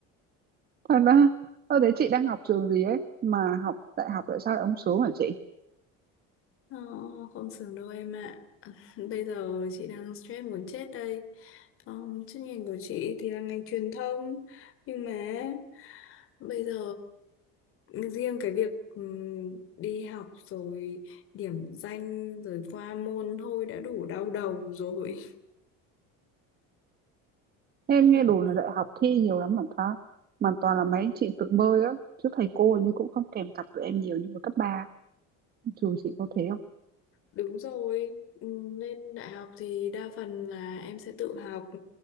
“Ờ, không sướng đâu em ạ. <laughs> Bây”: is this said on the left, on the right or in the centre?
Left